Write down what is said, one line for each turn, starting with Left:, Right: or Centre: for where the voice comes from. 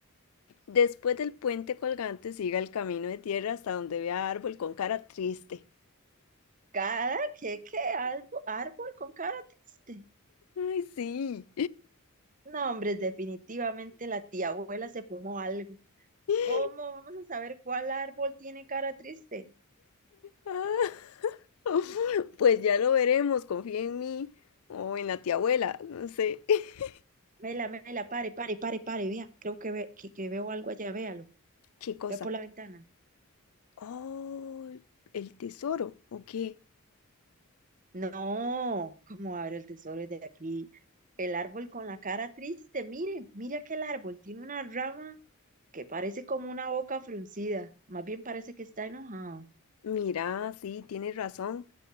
Left: después del puente colgante siga el camino de tierra hasta donde vea árbol con cara triste.
Right: Cada que qué albo- árbol con cara triste.
Left: Ay, sí.
Right: No, hombre, definitivamente la tía abuela se fumó algo.
Left: <laughs>
Right: ¿Cómo vamos a saber cuál árbol tiene cara triste?
Left: Ah, <laughs> pues ya lo veremos, confía en mí o en la tía abuela, no sé. <laughs>
Right: Mela, mela, pare, pare, pare, pare, vea. Creo que, ve- que, que veo algo allá, véalo.
Left: Qué cosa.
Right: Ve por la ventana.
Left: Oh, el tesoro, ¿o qué?
Right: No, ¿cómo abre el tesoro de aquí? El árbol con la cara triste, mire, mire aquel árbol, tiene una rama que parece como una boca fruncida, más bien parece que está enojado.
Left: Mira, sí, tienes razón.